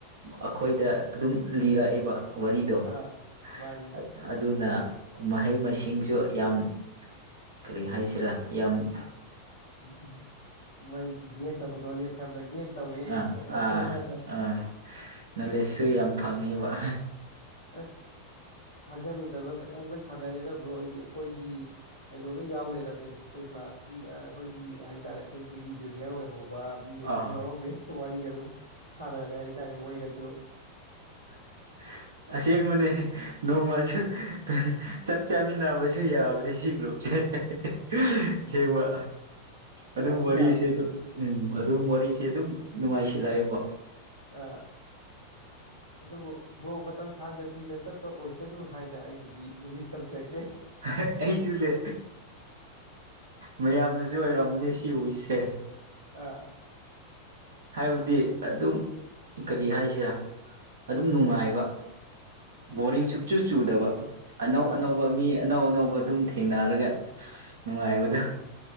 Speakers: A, on the right; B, on the left.
A: ꯑꯩꯈꯣꯏꯗ ꯑꯗꯨꯝ ꯂꯤꯔꯛꯏꯕ ꯋꯥꯔꯤꯗꯣ
B: ꯑꯥ
A: <unintelligible>
B: ꯃꯥꯅꯤ
A: ꯑꯗꯨꯅ ꯃꯍꯩ ꯃꯁꯤꯡꯁꯨ ꯌꯥꯝ ꯀꯔꯤ ꯍꯥꯏꯁꯤꯔꯥ ꯏ ꯌꯥꯝ ꯕ
B: ꯎꯝ ꯎꯝ ꯃꯥꯏ ꯒꯦꯟ ꯇꯧꯈꯗꯣ ꯅꯣꯂꯦꯖ ꯌꯥꯝꯅ ꯒꯦꯟ ꯇꯧꯔꯦ
A: ꯑꯥ
B: ꯍꯥꯏꯕ
A: ꯑꯥ
B: <unintelligible>
A: ꯑꯥ ꯅꯣꯂꯦꯖꯁꯨ ꯌꯥꯝ ꯐꯪꯉꯦꯕ ꯑꯍꯥ
B: ꯑꯁ ꯊꯥꯖꯔꯨꯗꯕ ꯃꯌꯥꯝꯒ ꯁꯥꯟꯅꯔꯦꯗ ꯕ꯭ꯔꯣ ꯑꯩꯗꯤ ꯑꯩꯈꯣꯏꯒꯤ ꯑꯗꯨꯒ ꯌꯥꯎꯂꯩꯔꯝꯃꯤ ꯈꯣꯏ ꯀ꯭ꯂꯥꯁꯀꯤ ꯑꯥ ꯑꯩꯈꯣꯏꯒꯤ ꯍꯥꯏꯇꯥꯔꯦ ꯑꯩꯈꯣꯏꯗꯒꯤ ꯖꯨꯅꯤꯌ꯭ꯔ ꯑꯣꯏꯍꯧꯕ ꯃꯤꯒꯁꯨ
A: ꯑꯥ
B: ꯌꯥꯝ ꯌꯥꯎꯔꯝꯕꯩ ꯋꯥꯔꯤꯒꯗꯨꯝ ꯁꯥꯟꯅꯔꯦ ꯍꯥꯏꯇꯥꯔꯦ ꯃꯣꯏꯒꯁꯨ
A: <unintelligible> ꯑꯁꯦꯡꯕꯅꯦ ꯅꯣꯡꯃꯁꯨ <unintelligible> ꯆꯥꯛ ꯆꯥꯃꯤꯟꯅꯕꯁꯨ ꯌꯥꯕꯅꯦ ꯁꯤ ꯒ꯭ꯔꯨꯞꯁꯦ <unintelligible> ꯁꯦꯡꯕ ꯑꯗꯨꯝ
B: ꯌꯥꯗꯤ
A: ꯋꯥꯔꯤꯁꯦ
B: ꯌꯥꯕꯁꯨ
A: ꯑꯗꯨꯝ ꯎꯝ ꯑꯗꯨꯝ ꯋꯥꯔꯤꯁꯦ ꯑꯗꯨꯝ ꯅꯨꯡꯉꯥꯏꯁꯤꯟ ꯏꯂꯥꯏꯕ
B: ꯑꯥ ꯑꯗꯨꯕꯨ ꯕ꯭ꯔꯣꯛ ꯃꯇꯝ ꯁꯥꯡꯅ ꯀꯨꯏꯅ ꯆꯠꯄ ꯑꯣꯏꯁꯅꯨ ꯍꯥꯏꯅ ꯑꯩꯒꯤꯗꯤ ꯋꯤꯁ ꯇꯧꯖꯒꯦ꯫
A: ꯍꯦ ꯑꯩꯁꯨ ꯅꯦ ꯃꯌꯥꯝꯅꯁꯨ ꯑꯣꯏꯔꯝꯒꯅꯤ ꯁꯤ ꯋꯤꯁꯁꯦ꯫
B: ꯑꯥ
A: ꯍꯥꯏꯕꯗꯤ ꯑꯗꯨꯝ ꯀꯔꯤ ꯍꯥꯏꯁꯤꯔꯥ ꯑꯗꯨꯝ ꯅꯨꯡꯉꯥꯏꯕ ꯕꯣꯔꯤꯡ ꯁꯨꯞꯆꯨ ꯆꯨꯗꯕ ꯑꯅꯧ
B: ꯑꯥ
A: ꯑꯅꯧꯕ
B: ꯆꯨꯗ
A: ꯃꯤ ꯑꯅꯧ ꯑꯅꯧꯕ ꯑꯗꯨꯝ ꯊꯦꯡꯅꯔꯒ ꯅꯨꯡꯉꯥꯏꯕꯗꯣ